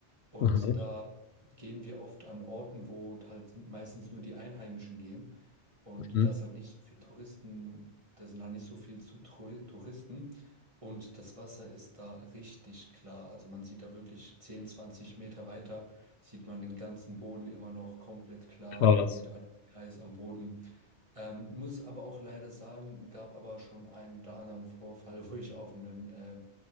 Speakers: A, on the right; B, on the left.
A: und
B: Mhm.
A: da gehen wir oft an Orten, wo halt meistens nur die Einheimischen gehen und
B: Mhm.
A: da ist halt nicht so viel Touristen, da sind halt nicht so viel zu Tru- Touristen und das Wasser ist da richtig klar. Also man sieht da wirklich 10, 20 Meter weiter, sieht man den ganzen Boden immer noch komplett klar,
B: Krass.
A: man sieht alles heiß am Boden. Ähm, muss aber auch leider sagen, gab aber schon einen oder anderen Vorfall, wo ich auf einem, äh,